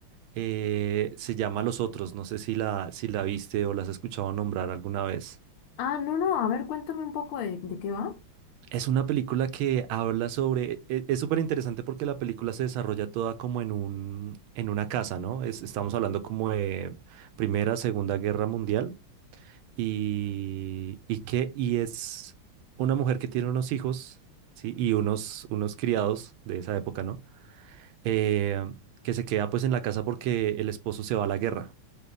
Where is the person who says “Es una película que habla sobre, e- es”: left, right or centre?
Right